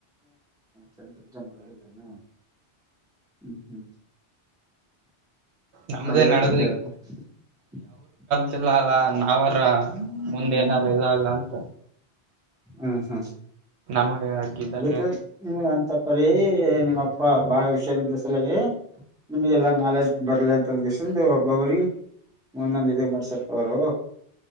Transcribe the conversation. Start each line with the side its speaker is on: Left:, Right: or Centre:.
Centre: ಚಂದ್ ಎಕ್ಸಾಮ್ ಬರದಿಲೇನು? ಹ್ಮ್ ಹ್ಮ್,
Right: ನಮ್ದೇ
Centre: ಅದೇಕ್ಕೆ
Right: ನಡೆದು
Centre: ಕೇಳ್ಬು <unintelligible>
Right: ಗಲ್ಲ ಅಲ್ಲ, ನಾವರ ಮುಂದೆ ಏನಾರ ಇಲ್ಲ ಇಲ್ಲ ಅಂತ
Centre: ಹ್ಮ್ ಹ್ಮ್
Right: ನಮಗೆ ಹಾಕಿದ್ದಾರೆ
Centre: ಅದಕ್ಕೆ, ನಿಮ್ಗ ಅಂತ ಪರಿ ನಿಮ್ ಅಪ್ಪ ಬಾಳ ಹುಷಾರಿದ್ದ ಸಲೆಗೆ. ನಿಮ್ಗೆಲ್ಲಾ ನಾಲೆಜ್ ಬರ್ಲಿ ಅಂತ ಹಂದ್ಗೆ ಸಿಂದ್ <unintelligible> ಬವರಿ ಒಂದೊಂದ್ ಇದೆ ಮಾಡ್ಸಲ್ ಅವರು